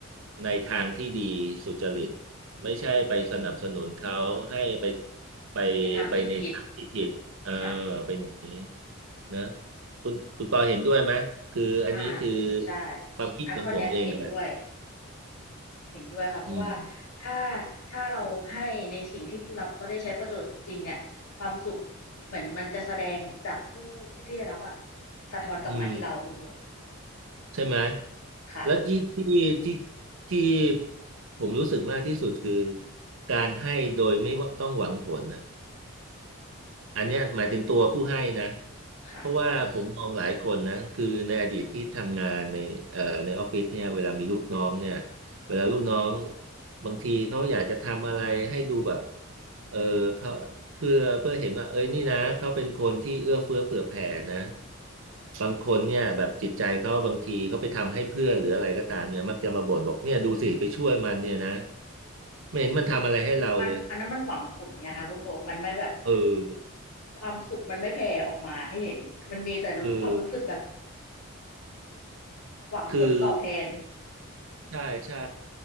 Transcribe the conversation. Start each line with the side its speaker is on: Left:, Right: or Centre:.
Right: ในทางที่ดีสุจริตไม่ใช่ไปสนับสนุนเขาให้ไปไป
Left: ในทางที่ผิด
Right: ไปในทางที่ผิดเออ
Left: ค่ะ
Right: เป็นอย่างนี้นะคุณคุณปอเห็นด้วยไหมคืออันนี้คือ
Left: อ่าใช่
Right: ความคิดของผมเองแหละ
Left: อ่ะข้อเนี้ยเห็นด้วยเห็นด้วยค่ะเพราะว่า
Right: อืม
Left: ถ้าถ้าเราให้ในสิ่งที่ผู้รับเขาได้ใช้ประโยชน์จริงเนี่ยความสุขเหมือนมันจะแสดงจากผู้ผู้ที่ได้รับอะสะท้อนกลับมาที่เราคุณพงษ์
Right: อืม ใช่ไหม
Left: ค่ะ
Right: แล้วที่ที่ที่ที่ผมรู้สึกมากที่สุดคือการให้โดยไม่ว่าต้องหวังผลนะ อันเนี้ยหมายถึงตัวผู้ให้นะ
Left: ค่ะ
Right: เพราะว่าผมมมองหลายคนนะคือในอดีตที่ทำงานในเอ่อในออฟฟิศเนี่ยเวลามีลูกน้องเนี่ยเวลาลูกน้องบางทีเขาอยากจะทำอะไรให้ดูแบบเออเขาเพื่อเพื่อเห็นว่าเอ้ยนี่นะเขาเป็นคนที่เอื้อเฟื้อเผื่อแผ่นะบางคนเนี่ยแบบจิตใจเขาบางทีเขาไปทำให้เพื่อนหรืออะไรก็ตามเนี่ยมักจะมาบ่นบอกเนี่ยดูสิไปช่วยมันเนี่ยนะไม่เห็นมันทำอะไรให้เราเลย
Left: มันอันนั้นมันหวังผลไงคะคุณพงษ์มันไม่แบบ
Right: เออ
Left: ความสุขมันไม่แผ่ออกมาให้เห็นมันมีแต่รู้ความรู้สึกแบบ
Right: คือ
Left: หวังผลตอบแทน
Right: คือ ใช่ใช่